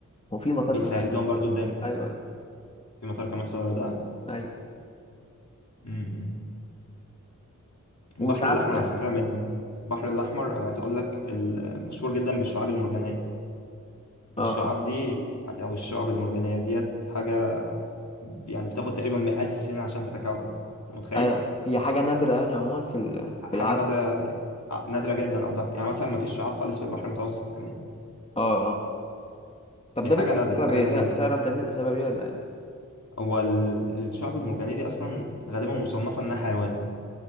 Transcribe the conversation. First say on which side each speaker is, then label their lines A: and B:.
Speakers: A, on the left; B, on the left.
A: هو في مطار
B: بيسهل
A: في الغردقة
B: لهم برضو الدنيا
A: أيوه أيوه
B: في مطار كمان في الغردقة
A: أيوه
B: امم
A: وساعات
B: البحر الأحمر
A: يعني
B: على فكرة من البحر الأحمر أنا عايز أقول لك ال- مشهور جدا بالشعاب المرجانية والشعاب
A: اه اه
B: دي يعني، أو الشعاب المرجانية ديت حاجة يعني بتاخد تقريبا مئات السنين عشان تتكون أنت متخيل
A: أيوه هي حاجة نادرة يعني عموما في ال-
B: حاجة
A: في العالم
B: نادرة نادرة جدا أعتقد يعني مثلا ما فيش شعاب خالص في البحر المتوسط فاهمني
A: اه اه طب
B: هي
A: ده
B: حاجة
A: بيبقى
B: نادرة
A: بسبب
B: حاجة
A: ايه؟
B: نادرة
A: ده-
B: جدا
A: تعرف ده بيبقى سبب ايه ولا ايه؟
B: هو ال- الشعب المرجانية دي أصلا غالبا مصنفة إنها حيوان